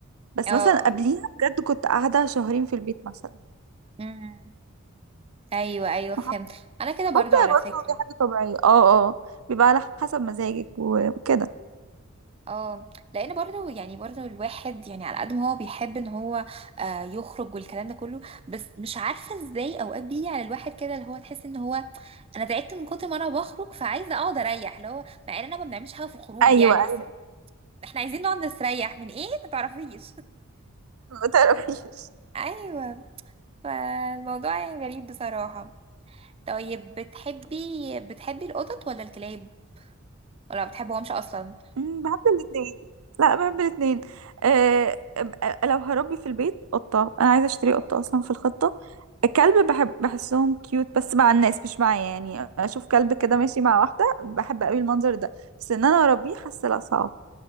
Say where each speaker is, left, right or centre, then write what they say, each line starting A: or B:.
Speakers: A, on the right; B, on the right.
A: بس
B: اه
A: مثلا قبليها بجد كنت قاعده شهرين في البيت مثلا
B: امم ايوه ايوه فهمت
A: وح-
B: انا كده برضو
A: حاسه
B: على
A: برضه
B: فكرة
A: دي حاجه طبيعيه اه اه بيبقى على حسب مزاجك وكده
B: اه لان برضه يعني برضه الواحد يعني على قد ما هو بيحب ان هو آه، يخرج والكلام ده كله بس مش عارفه ازاي اوقات بيجي على الواحد كده اللي هو تحس ان هو انا تعبت من كتر ما انا بخرج فعايزه اقعد اريح اللي هو مع اننا ما بنعملش حاجه في الخروج
A: ايوه
B: يعني
A: ايوه
B: بس احنا عايزين نقعد نستريح من ايه ما تعرفيش
A: ما تعرفيش
B: <laughs> ايوه فالموضوع يعني غريب بصراحه طيب بتحبي بتحبي القطط ولا الكلاب ولا ما بتحبهمش اصلا
A: مم، بحب الاثنين لا بحب الاثنين أه أه، لو هربي في البيت قطة انا عايزه اشتري قطة اصلا في الخطة الكلب بحب بحسهم كيوت بس مع الناس مش معايا يعني اشوف كلب كده ماشي مع واحدة بحب قوي المنظر ده بس ان انا اربيه حاسه لا صعب